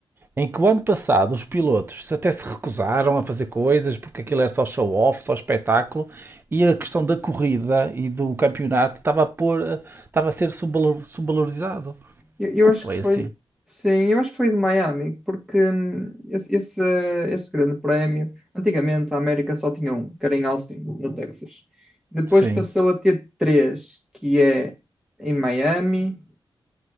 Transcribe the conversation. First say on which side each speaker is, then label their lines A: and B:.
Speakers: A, on the right (about 25°); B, in the centre.
A: em que o ano passado os pilotos até se recusaram a fazer coisas porque aquilo era só show-off, só espetáculo, e a questão da corrida e do campeonato estava a, pôr- estava a ser subvalor- subvalorizado.
B: eu, eu
A: Não
B: acho
A: foi
B: que foi.
A: assim.
B: Sim, eu acho que foi de Miami, porque hum, esse, esse, eh, esse grande prémio, antigamente a América só tinha um, que era em Austin, no Texas. Depois
A: Sim.
B: passou a ter três, que é em Miami,